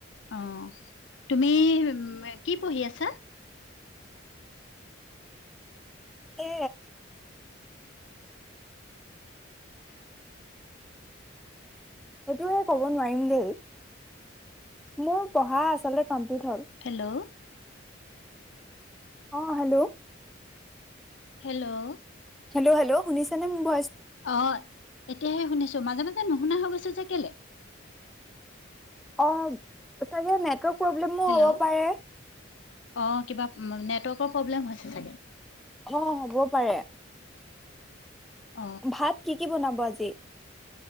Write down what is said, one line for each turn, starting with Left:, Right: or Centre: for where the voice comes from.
Left: অ তুমি উম কি পঢ়ি আছা
Centre: এ এইটোে ক'ব নোৱাৰিম দেই মোৰ পঢ়া আচলতে পাম্পিত হ'ল
Left: হেল্ল'
Centre: আহ হেল্ল'
Left: হেল্ল'
Centre: হেল্ল হেল্ল শুনিছ ন ম ভ
Left: অ এতিয়াহে শুনিছো মাজে মাজে নুশুনা হৈ গৈছো যে কেলে
Centre: অ চ ন <unintelligible> প্ৰব্লেমো
Left: হেল্ল'
Centre: হ'ব পাৰে
Left: অ কিবা নেটৱৰ্কৰ প্ৰব্লেম হৈছে চাগে
Centre: অ হ'ব পাৰে
Left: অ
Centre: ভাত কি কি বনাব আজি